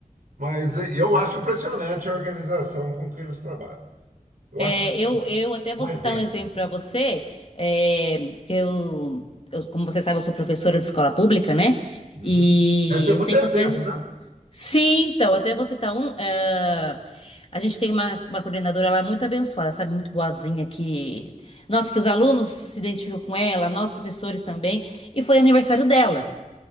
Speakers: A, on the right; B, on the left.
A: Mas eh, eu acho impressionante a organização com que eles trabalham. Eu
B: É,
A: acho que
B: eu, eu
A: é
B: até vou
A: um exemplo.
B: citar um exemplo para você, é, que eu, eu- como você sabe, eu sou professora de escola pública, né?
A: Uhum.
B: E
A: Deve ter muitos
B: um tempo
A: exemplos,
B: atrás
A: né?
B: Sim, então, até vou citar um. eh, a gente tem uma, uma coordenadora lá muito abençoada, sabe? Muito boazinha, que. Nossa, que os alunos se identificam com ela, nós professores também. E foi aniversário dela.